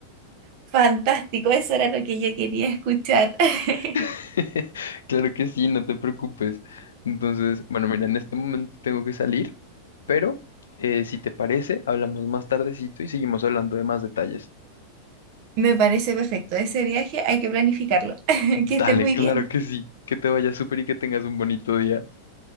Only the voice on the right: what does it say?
Fantástico, eso era lo que yo quería escuchar. <laughs>
Me parece perfecto. Ese viaje hay que planificarlo. <laughs> Que
esté muy
bien.